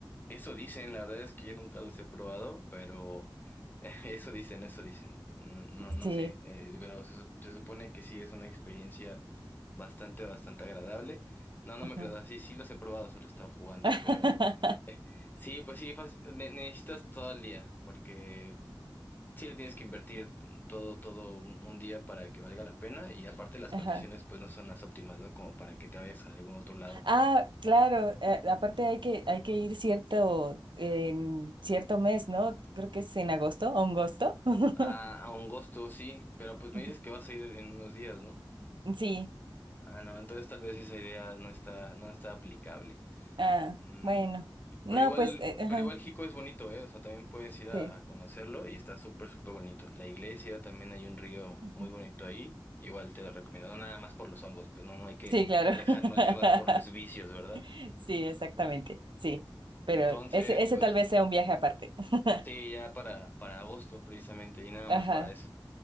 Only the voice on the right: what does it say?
Sí.
ujú.
<laughs>
Ajá.
Ah, claro, eh, aparte hay que, hay que ir cierto, en cierto mes, ¿no? Creo que es en agosto, agosto. <laughs>
Ujú.
Sí,
ah,
bueno. No,
pues, eh, ajá,
sí.
Ujú.
Sí, claro.
<laughs>
Sí, exactamente, sí.
Pero ese, ese
tal vez sea un viaje aparte. <laughs>
Ajá,